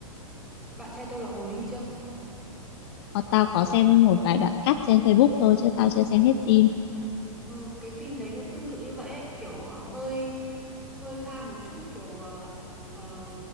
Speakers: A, in the centre; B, on the left.
A: bạn trai tôi là hồ ly chưa
B: Ờ, tao có xem một vài đoạn cắt trên Facebook thôi chứ tao chưa xem hết phim
A: ừ, cái phim đấy nó tương tự như vậy ấy. kiểu ờ, hơi hơi pha một chút kiểu ờ, ờ,